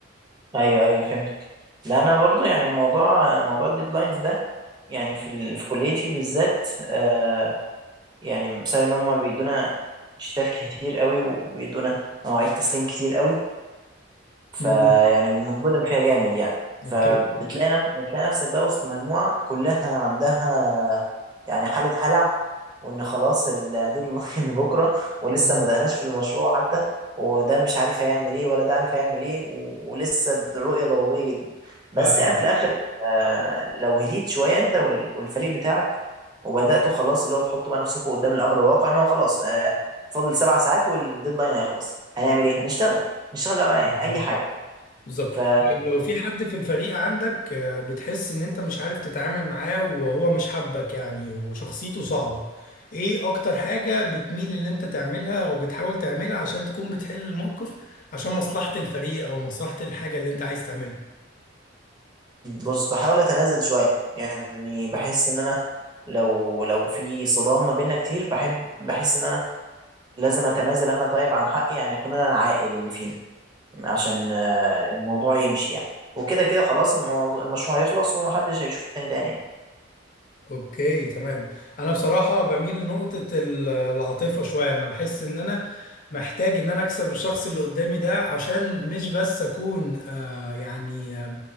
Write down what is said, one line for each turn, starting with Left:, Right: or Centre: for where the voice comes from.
Right: ايوه ايوه فهمتك لا انا برضو يعني موضوع موضوع الديدلاينز ده يعني في ال... في كليتي بالذات آه يعني بسبب ان هم بيدونا شتات كتير قوي وبيدونا مواعيد تسليم كتير قوي فيعني
Left: مم.
Right: بنتظلم فيها جامد يعني فبتلاقي
Left: اوكي
Right: نف... بتلاقي نفسك بقى وسط مجموعة كلها عندها يعني حالة هلع وإن خلاص الديدلاين <laughs> بكرة ولسه
Left: مم.
Right: ما بدأناش في المشروع حتى وده مش عارف هيعمل إيه ولا ده عارف هيعمل إيه و... ولسه الرؤية ضبابية جدا
Left: فاهمك
Right: بس يعني في الآخر آه لو هديت شوية أنت وال... والفريق بتاعك وبدأتوا خلاص اللي هو تحطوا بقى نفسكم قدام الأمر الواقع إن هو خلاص آه فاضل سبع ساعات والديدلاين هيخلص هنعمل إيه؟ هنشتغل نشتغل بقى على
Left: بالظبط
Right: أي حاجة
Left: بالظبط
Right: ف
Left: طيب لو في حد في الفريق عندك آه، بتحس ان انت مش عارف تتعامل معاه وهو مش حابك يعني وشخصيته صعبة ايه اكتر حاجة بتميل ان انت تعملها او بتحاول تعملها عشان تكون بتحل الموقف عشان مصلحة الفريق او مصلحة الحاجة اللي انت عايز تعملها
Right: بص بحاول اتنازل شويه يعني بحس ان انا لو لو في صدام ما بيننا كتير بحب بحس ان انا لازم اتنازل انا طيب عن حقي يعني اكون انا العاقل اللي فينا عشان آه، الموضوع يمشي يعني وكده كده خلاص الموضوع المشروع هيخلص ومحدش هيشوف التاني تاني يعني
Left: اوكي تمام انا بصراحه بميل لنقطه ال- العاطفه شويه انا بحس ان انا محتاج ان انا اكسب الشخص اللي قدامي ده عشان مش بس اكون آه يعني آه